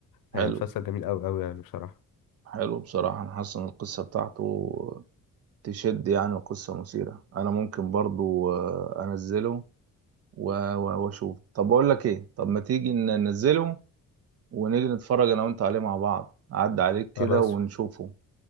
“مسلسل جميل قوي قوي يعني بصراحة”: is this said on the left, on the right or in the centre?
Left